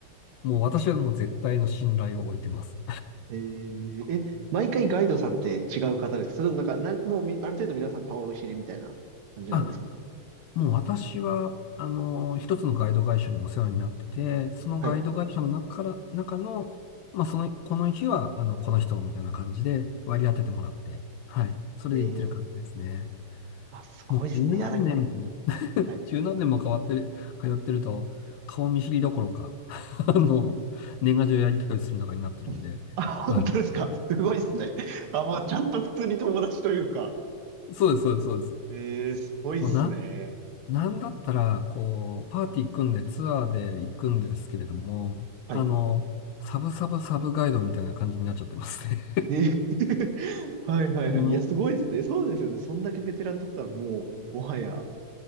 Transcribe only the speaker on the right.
えー、え、毎回ガイドさんって違う方ですかそれともなんか、なんもうみ、ある程度皆さん顔見知りみたいな感じなんですか
はい。
えー、あ、すごいっすね。
いや、なんか、はい。
うんあ、本当ですかすごいっすね。
あ、もうちゃんと普通に友達というか。
えー、すごいっすね。
はい。
ね、<laughs> はいはいはい。
いや、すごいっすね。そうですよね。そんだけベテランだったらもう、もはや、